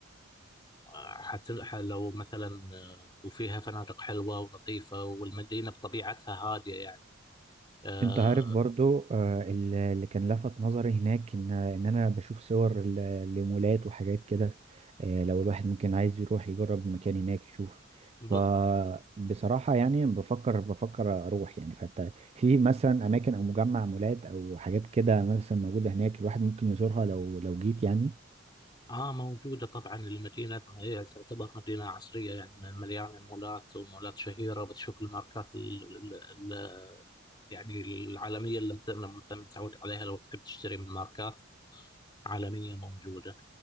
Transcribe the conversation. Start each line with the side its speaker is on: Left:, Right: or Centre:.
Left: آه، حت- ح- لو مثلا آه، وفيها فنادق حلوة ونظيفة والمدينة بطبيعتها هادية يعني آه،
Right: انت عارف برضو آه، ال- اللي كان لفت نظري هناك ان ان انا بشوف صور ل- لمولات وحاجات كده آه، لو الواحد ممكن عايز يروح يجرب المكان هناك يشوف
Left: ب-
Right: فبصراحة يعني بفكر بفكر اروح يعني فانت في مثلا اماكن او مجمع مولات او حاجات كده مثلا موجودة هناك الواحد ممكن يزورها لو لو جيت يعني
Left: اه موجودة طبعا المدينة هي تعتبر مدينة عصرية يعني مليانة مولات ومولات شهيرة بتشوف الماركات ال ال ال يعني العالمية اللي انت مثلا متعود عليها لو تحب تشتري من ماركات عالمية موجودة